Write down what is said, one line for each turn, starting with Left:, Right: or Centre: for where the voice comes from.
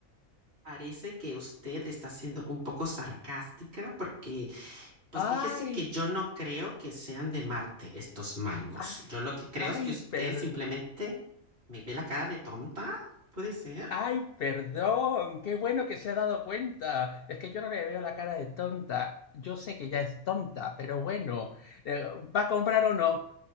Right: Parece que usted está siendo un poco sarcástica porque, pues
Left: Ay,
Right: fíjese que yo no creo que sean de Marte estos mangos.
Left: ay,
Right: Yo lo que creo
Left: ay,
Right: es que usted
Left: perdón.
Right: simplemente me ve la cara de tonta. ¿Puede ser?
Left: Ay, perdón, qué bueno que se ha dado cuenta. Es que yo no le veo la cara de tonta. Yo sé que ya es tonta, pero bueno, eh, ¿va a comprar o no?